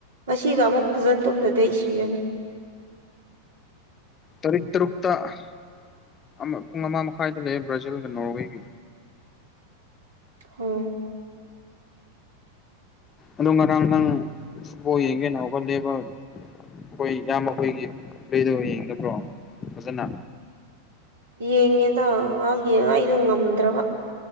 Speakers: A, on the right; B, on the left.
A: ꯃꯁꯤꯒ ꯑꯃꯨꯛ ꯐꯖꯟ ꯇꯨꯝꯗꯗꯤ ꯁꯤꯔꯅꯤ
B: ꯇꯔꯤꯛ ꯇꯔꯨꯛꯇ ꯑꯃ ꯄꯨꯡ ꯑꯃ ꯃꯈꯥꯏꯗ ꯂꯩ ꯕ꯭ꯔꯥꯖꯤꯜꯒ ꯅꯣꯔꯋꯦꯒꯤ
A: ꯑꯣ
B: ꯑꯣ ꯉꯔꯥꯡ ꯅꯪ ꯁꯨꯕꯣ ꯌꯦꯡꯒꯦꯅꯥꯒ ꯂꯦꯕ ꯍꯈꯣꯏ ꯏꯌꯥꯝꯕ ꯑꯩꯈꯣꯏꯒꯤ ꯂꯩꯗ ꯌꯦꯡꯗꯕ꯭ꯔꯣ ꯐꯖꯅ
A: ꯌꯦꯡꯉꯦꯗ ꯉꯥꯏꯍꯥꯛ ꯌꯦꯡꯉ ꯑꯩꯗꯣ ꯉꯝꯗ꯭ꯔꯕ